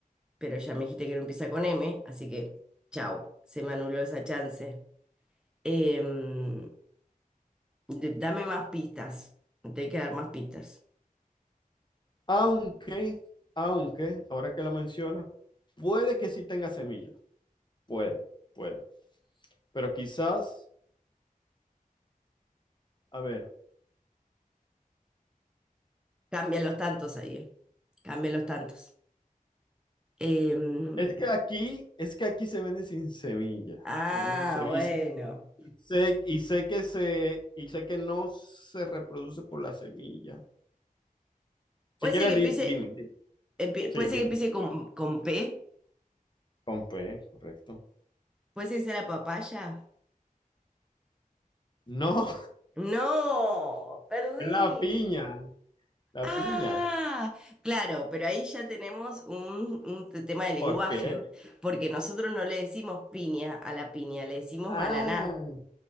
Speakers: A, in the centre; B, on the left (about 30°).
A: pero ya me dijiste que no empieza con M, así que chau, se me anuló esa chance. Em, d- dame más pistas, me tengo que dar más pistas.
B: Aunque, aunque, ahora que lo mencionas, puede que sí tenga semillas. Puede, puede. Pero quizás, a ver,
A: Cambian los tantos ahí, eh. Cambian los tantos. Em,
B: es que aquí, es que aquí se vende sin semilla.
A: ah,
B: Se vende sin semilla.
A: bueno.
B: Y sé, y sé, y sé que se, y sé que no se reproduce por la semilla. Si
A: Puede
B: quieres,
A: ser que
B: di-
A: empiece.
B: dime, dime.
A: Empie-
B: Sí,
A: puede
B: dime.
A: ser que empiece con, con P.
B: Con P, correcto.
A: Puede ser que sea la papaya.
B: No,
A: No, perdí.
B: Es la piña, la
A: Ah,
B: piña.
A: claro, pero ahí ya tenemos un, un te- tema de lenguaje,
B: ¿Por qué?
A: porque nosotros no le decimos piña a la piña, le decimos
B: Ah,
A: ananá.